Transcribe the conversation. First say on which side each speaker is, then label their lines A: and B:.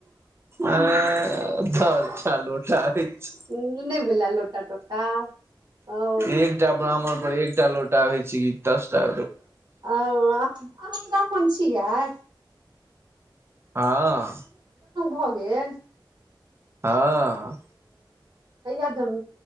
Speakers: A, on the right; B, on the right.
A: ऐ दस टा लोटा होइ छै
B: ई नइ भेल लोटा टोटा ओ
A: एकटा ब्राह्मण पर एकटा लोटा रहइ छै की दसटा
B: ओ हम तऽ अपन छियै
A: हँ
B: होे गेल
A: हँ
B: तहिया जन